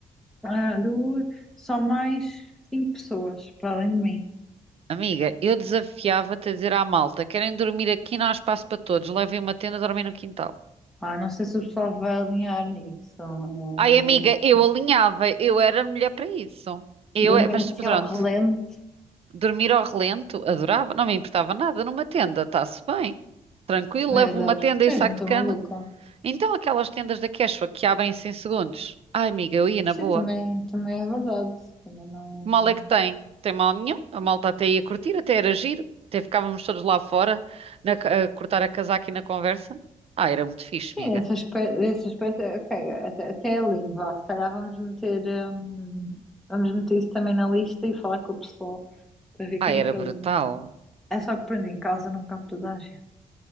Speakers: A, in the centre; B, on the right.
A: ah, duas, só mais cinco pessoas para além de mim.
B: Amiga, eu desafiava-te a dizer à malta: querem dormir aqui, não há espaço para todos, levem uma tenda, dormem no quintal.
A: Ah, não sei se o pessoal vai alinhar nisso. É muito-
B: Ai, amiga, eu alinhava, eu era mulher para isso. Eu,
A: Dormir
B: é- mas
A: assim
B: pronto,
A: ao relento,
B: dormir ao relento, adorava, não me importava nada numa tenda, está-se bem, tranquilo,
A: é
B: levo
A: dar.
B: uma tenda
A: Tens,
B: e um saco
A: não estou
B: de cama.
A: maluca?
B: Então, aquelas tendas da Quechua que abrem-se em segundos. Ai, amiga, eu ia
A: Sim,
B: na boa.
A: também, também é verdade. Também não.
B: Mal é que tem. Tem mal nenhum. A malta até ia curtir, até era giro. Até ficávamos todos lá fora na ca- a cortar a casaca e na conversa. Ah, era muito fixe,
A: Sim,
B: amiga.
A: esse aspecto, esse aspecto, ok, até, até a lindo, vá, se calhar vamos meter, hum, vamos meter isso também na lista e falar com o pessoal para ver quem
B: Ah, era
A: é que
B: brutal.
A: alinha. É só que pronto, em casa não cabe toda a gente.